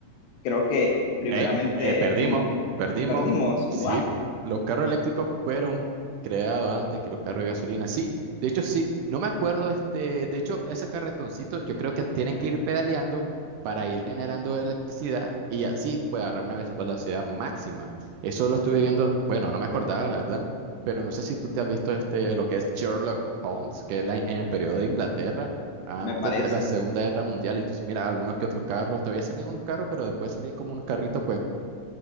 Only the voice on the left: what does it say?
creo que primeramente
inve-
perdimos,
¿what?
Me parece.